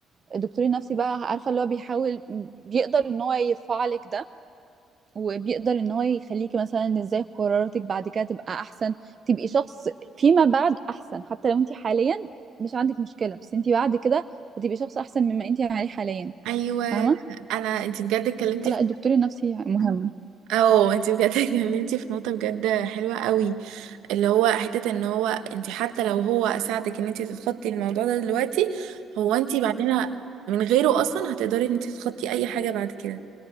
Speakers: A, on the right; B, on the right.
A: الدكتور النفسي بقى عارفة اللي هو بيحاول بيقدر ان هو يرفع لك ده وبيقدر ان هو يخليكي مثلا ازاي قراراتك بعد كده تبقى احسن تبقي شخص فيما بعد احسن حتى لو انت حاليا مش عندك مشكلة بس انت بعد كده هتبقي شخص احسن مما انت عليه حاليا
B: ايوه
A: فاهمة
B: انا انت بجد اتكلمتي
A: فلا
B: في
A: الدكتور النفسي مهم
B: اه انت بجد <laughs> اتكلمتي في نقطه بجد حلوه قوي اللي هو حتة ان هو انت حتى لو هو ساعدك ان انت تتخطي الموضوع ده دلوقتي هو انت بعدين ه- من غيره اصلا هتقدري ان انت تتخطي اي حاجة بعد كده